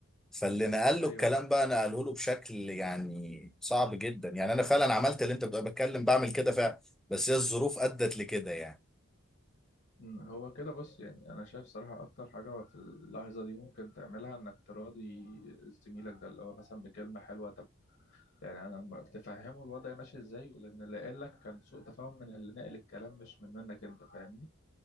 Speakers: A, in the centre; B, on the left (about 50°).
A: فاللي نقل له
B: ايوه
A: الكلام بقى نقله له بشكل يعني صعب جدا يعني انا فعلا عملت اللي انت بتبقى بتكلم بعمل كده فعلا بس هي الظروف ادت لكده يعني
B: مم، هو كده بص يعني انا شايف صراحة اكتر حاجة في اللحظة دي ممكن تعملها انك تراضي زميلك ده اللي هو مثلا بكلمة حلوة طب يعني انا لما تفهمه الوضع ماشي ازاي لان اللي قال لك كان سوء تفاهم من اللي ناقل الكلام مش من منك انت فاهمني